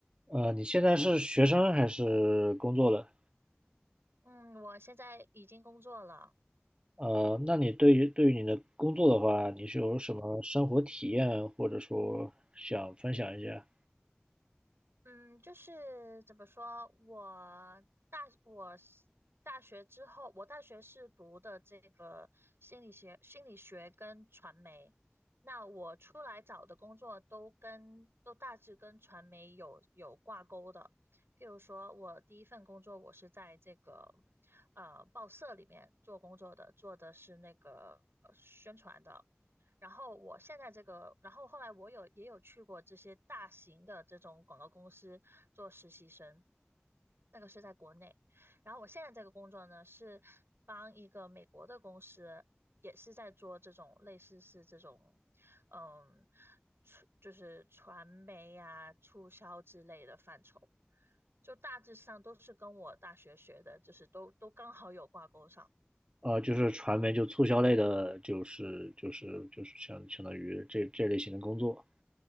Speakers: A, on the right; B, on the right.
A: 呃，你现在是学生还是工作了？
B: 嗯，我现在已经工作了。
A: 呃，那你对于对于你的工作的话，你是有什么生活体验，或者说想分享一下？
B: 嗯，就是怎么说，我大我是大学之后，我大学是读的这个心理学、心理学跟传媒。那我出来找的工作都跟都大致跟传媒有有挂钩的。譬如说，我第一份工作我是在这个呃报社里面做工作的，做的是那个呃宣传的。然后我现在这个，然后后来我有也有去过这些大型的这种广告公司做实习生，那个是在国内。然后我现在这个工作呢，是帮一个美国的公司，也是在做这种类似是这种，嗯，传就是传媒呀、促销之类的范畴，就大致上都是跟我大学学的，就是都都刚好有挂钩上。
A: 呃，就是传媒就促销类的，就是就是就是相相当于这这类型的工作